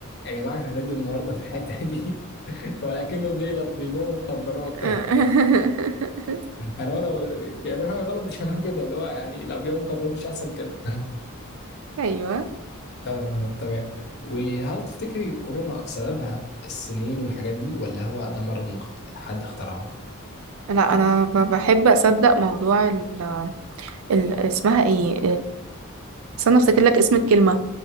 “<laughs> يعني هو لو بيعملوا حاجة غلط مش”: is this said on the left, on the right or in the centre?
Left